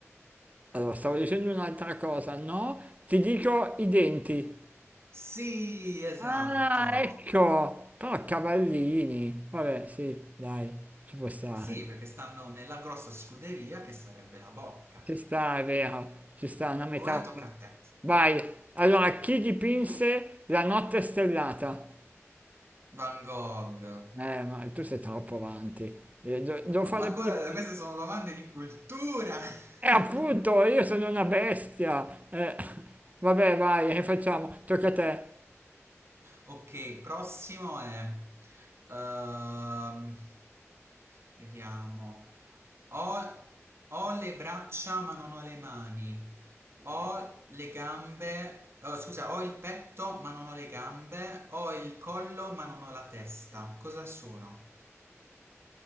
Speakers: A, on the right; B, on the right.
A: Allora, stavo dicendo un'altra cosa, no? Ti dico i denti.
B: Sì, esatto.
A: Ah, ecco! Però cavallini. Vabbè, sì, dai, ci può stare.
B: Sì, perché stanno nella grossa scuderia che sarebbe la Bocca.
A: Ci sta, è vero. Ci sta una metafora.
B: Ora tocca a te.
A: Vai. Allora, chi dipinse la notte stellata?
B: Van Gogh.
A: Eh, ma tu sei troppo avanti. Eh, do- devo
B: Eh, ma,
A: fare
B: ma
A: più
B: que-
A: difficile.
B: queste sono domande di cultura.
A: E
B: <laughs>
A: appunto, io sono una bestia. Eh, vabbè, vai, rifacciamo. Tocca a te.
B: ok, prossimo è... ehm, vediamo. Ho, ho le braccia ma non ho le mani. Ho le gambe... oh, scusa, ho il petto ma non ho le gambe. Ho il collo ma non ho la testa. Cosa sono?